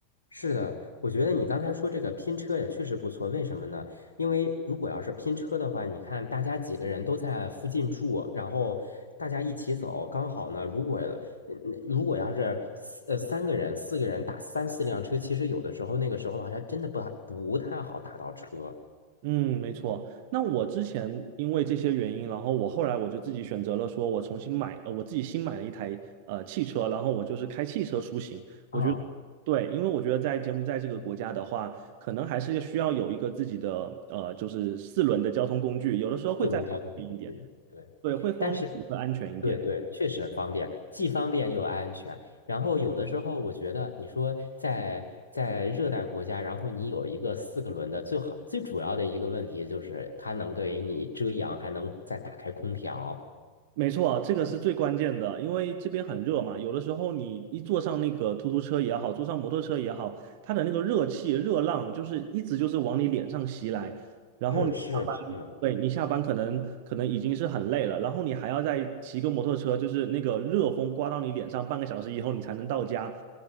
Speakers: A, on the left; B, on the right.
A: 是的，我觉得你刚才说这个拼车也确实不错。为什么呢？因为如果要是拼车的话，你看大家几个人都在附近住，然后大家一起走，刚好呢。如果嗯如果要是四呃三个人、四个人打三四辆车，其实有的时候那个时候好像真的不太不太好打到车，
B: 嗯，没错。那我之前因为这些原因，然后我后来我就自己选择了，说我重新买，呃我自己新买了一台呃汽车，然后我就是开汽车出行。我觉得对，
A: 啊，
B: 因为我觉得在柬埔寨这个国家的话，可能还是需要有一个自己的呃，就是四轮的交通工具，有的时候会再方便一点，
A: 四轮交通工具。对，
B: 对，会方便也会安全一点。
A: 但是对对，确实方便，既方便又安全。然后有的时候，我觉得你说在在热带国家，然后你有一个四个轮的，最好最主要的一个问题就是它能给你遮阳，还能再打开空调。
B: 没错啊，这个是最关键的，因为这边很热嘛，有的时候你一坐上那个突突车也好，坐上摩托车也好，它的那个热气、热浪就是一直就是往你脸上袭来，然后你下班，
A: 是是是，
B: 对，你下班可能可能已经是很累了，然后你还要再骑个摩托车，就是那个热风刮到你脸上，半个小时以后你才能到家，